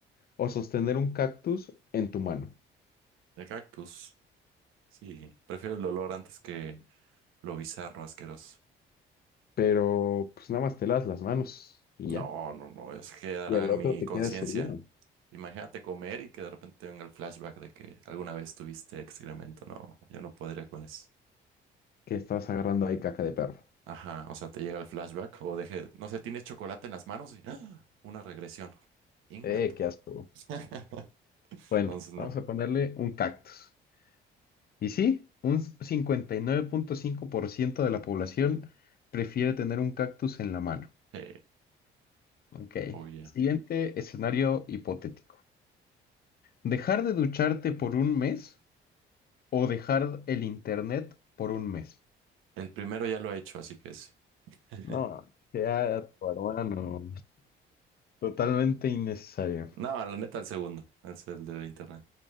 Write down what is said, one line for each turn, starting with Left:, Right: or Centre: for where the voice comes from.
Left: o sostener un cactus en tu mano?
Right: De cactus. Sí, prefiero el olor antes que lo bizarro, asqueroso.
Left: Pero pues nada más te las las manos y
Right: No,
Left: ya.
Right: no, no, eso quedará
Left: Y al
Right: en
Left: otro
Right: mi
Left: te
Right: conciencia.
Left: quedas herido.
Right: Imagínate comer y que de repente venga el flashback de que alguna vez tuviste excremento. No, yo no podría con eso.
Left: Que estabas agarrando ahí caca de perro.
Right: Ajá, o sea, te llega el flashback o deje, no sé, tienes chocolate en las manos y ¡ah! una regresión. Ingato.
Left: Eh, qué asco.
Right: <laughs>
Left: Bueno,
Right: Entonces, no.
Left: vamos a ponerle un cactus. Y sí, un cincuenta y nueve punto cinco por ciento de la población prefiere tener un cactus en la mano.
Right: Sí,
Left: Ok.
Right: oye.
Left: Siguiente escenario hipotético. ¿Dejar de ducharte por un mes o dejar el internet por un mes?
Right: El primero ya lo he hecho, así que es. <laughs>
Left: No, qué asco, hermano. Totalmente innecesario.
Right: No, la neta, el segundo. Es el de internet.